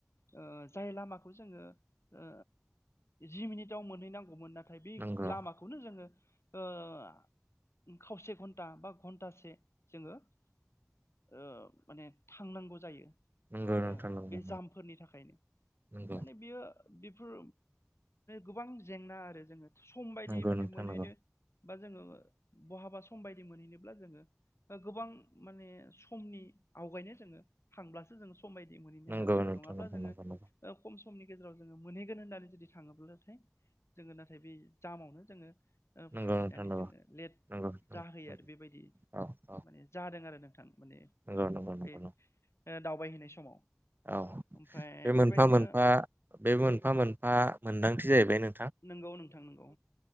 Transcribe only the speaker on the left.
ओ जाय लामाखौ जोङो ओ जि मिनिटाव मोनहैनांगौमोन नाथाय नाथाय बे
लामाखौनो जोङो ओ खावसे घन्टा बा घन्टासे जोङो ओ माने थांनांगौ जायो।
बे
जामफोरनि थाखायनो
माने बियो बेफोर गोबां जेंना आरो जोङो सम बायदि
माने
मोनहैनो
बा जोङो बहाबा सम बायदि मोनहैनोब्ला जोङो गोबां माने समनि आवगायनो जोङो थांब्लासो जोङो यदि मोनहैनो
आरो
नङाब्ला
जोङो
खम समनि गेजेराव जोङो मोनहैगोन होननानै जुदि थाङोब्लाथाय जोङो नाथाय बे जामावनो जोङो
फासिनानै
जोङो लेट
जाहोयो
आरो बेबायदि
माने जादों आरो नों माने
जों
बे
दावबायहैनाय समाव
ओमफ्राय
बेबायदिनो
नंगौ नोंथां नंगौ